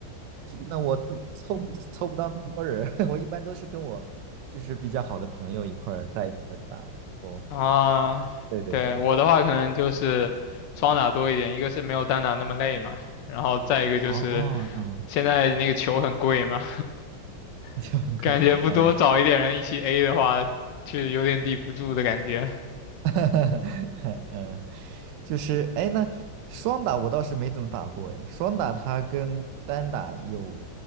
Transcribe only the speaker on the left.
啊，
对，我的话可能就是双打多一点，一个是没有单打那么累嘛，然后再一个就是
现在那个球很贵嘛，
<laughs> 感觉不多找一点人一起
A 的话，确实有点抵不住的感觉。